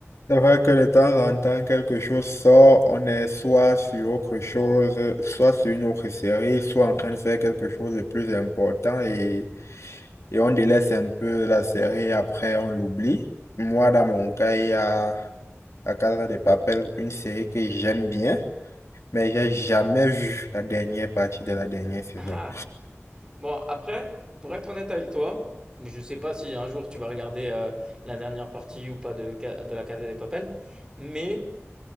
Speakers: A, on the left; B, on the right.
A: c'est vrai que de temps en temps, quelque chose sort, on est soit sur autre chose, soit sur une autre série, soit en train de faire quelque chose de plus important et et on délaisse un peu la série, après on l'oublie. Moi, dans mon cas, il y a La Casa de Papel, une série que j'aime bien, mais j'ai jamais vu la dernière partie de la dernière saison.
B: Ah. Bon, après, pour être honnête avec toi, mais je sais pas si un jour tu vas regarder euh, la dernière partie ou pas de, Ca- de la Casa des Papel, mais